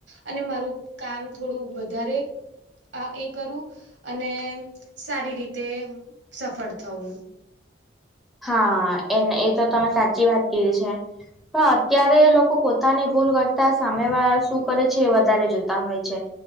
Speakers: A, on the right (about 70°); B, in the centre.
A: અને મારું કામ થોડું વધારે. આ એ કરું અને સારી રીતે સફળ થવું હું.
B: હા એ એ તો તમે સાચી વાત કીધી છે. પણ અત્યારે લોકો પોતાની ભૂલ કરતા સામે વાળા શું કરે છે એ વધારે જોતા હોય છે.